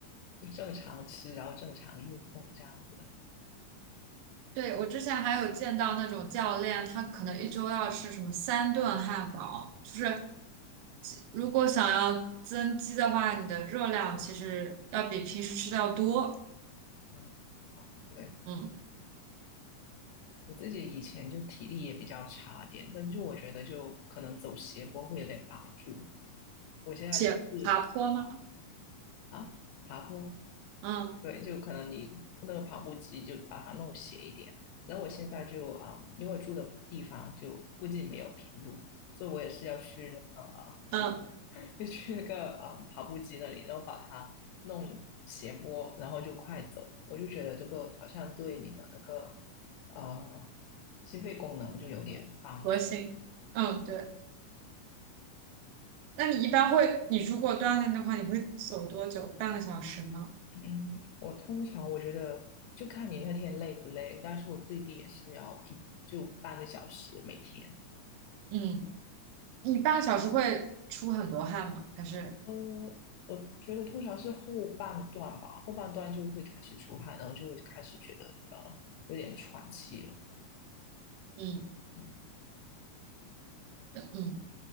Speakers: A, on the left; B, on the right.
A: 就正常吃，然后正常运动这样子。
B: 对，我之前还有见到那种教练，他可能一周要吃什么三顿汉堡，就是如果想要增肌的话，你的热量其实要比平时吃的要多。
A: 啊，对。
B: 嗯，
A: 我自己以前就体力也比较差点，但就我觉得就可能走斜坡会有点帮助。我现在也是啊
B: 且爬坡吗？
A: 啊，爬坡，
B: 嗯
A: 对，就可能你那个跑步机就把它弄斜一点。然后我现在就啊、因为我住的地方就附近没有平路，所以我也是要去那个
B: 嗯，
A: 就去那个啊、呃跑步机那里，然后把它弄斜坡，然后就快走。我就觉得这个好像对你的那个呃心肺功能就有点帮助。
B: 核心。嗯，对。那你一般会，你如果锻炼的话，你会走多久？半个小时吗？
A: 嗯，我通常我觉得就看你那天累不累，但是我最低也是要一就半个小时每天。
B: 嗯，你半个小时会出很多汗吗？还是
A: 呃，我觉得通常是后半段吧，后半段就会开始出汗，然后就会开始觉得呃有点喘气了。
B: 嗯
A: 嗯，
B: 嗯。